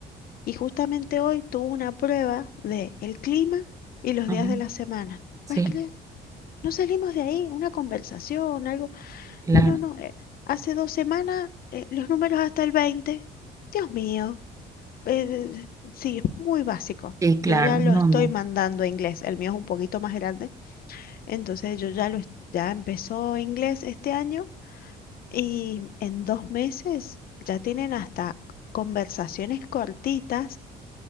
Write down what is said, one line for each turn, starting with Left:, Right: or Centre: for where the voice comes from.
Left: y justamente hoy tuvo una prueba de el clima y los
Right: ujú,
Left: días de la semana.
Right: Sí,
Left: ¿Puedes creer? No salimos de ahí, una conversación, algo.
Right: claro.
Left: No, no, eh, hace dos semanas eh, los números hasta el 20. Dios mío, eh, sí, es muy básico.
Right: Sí, claro.
Left: Yo ya lo
Right: No,
Left: estoy
Right: no.
Left: mandando a inglés, el mío es un poquito más grande Entonces yo ya lo es- ya empezó inglés este año y en dos meses ya tienen hasta conversaciones cortitas,